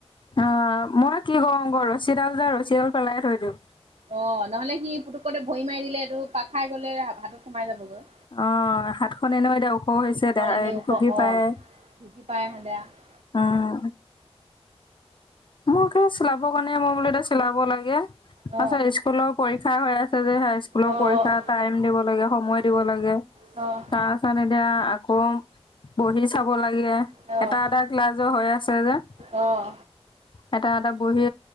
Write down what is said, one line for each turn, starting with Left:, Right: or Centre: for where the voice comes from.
Left: অ', মই কি <unintelligible> আকৌ ৰছীডাল যে ৰছীডাল পেলাই থৈ দিওঁ।
Right: অ', নহ'লে সি পুতুকতে ভৰি মাৰি দিলে, এইটো পাক খাই গ'লে হাতত সোমাই যাবগৈ।
Left: অ', হাতখন এনেও এতিয়াওঁ ওখ হৈছে
Right: হাতখন এনেই
Left: <unintelligible>
Right: ওখ অ'
Left: পায়।
Right: ঢুকি পাই <unintelligible>
Left: <unintelligible> <unintelligible> চিলাব কাৰণে মই বোলো এতিয়া চিলাব লাগে, তাৰপিছত
Right: অ'
Left: স্কুলত পৰীক্ষা হৈ আছে যে, হাইস্কুলৰ
Right: অ'
Left: পৰীক্ষা টাইম দিব লাগে, সময় দিব লাগে।
Right: অ',।
Left: তাৰপিছত এতিয়া আকৌ বহি চাব লাগে।
Right: অ'
Left: এটা এটা ক্লাছৰ হৈ আছে যে।
Right: অঁ
Left: এটা এটা বহী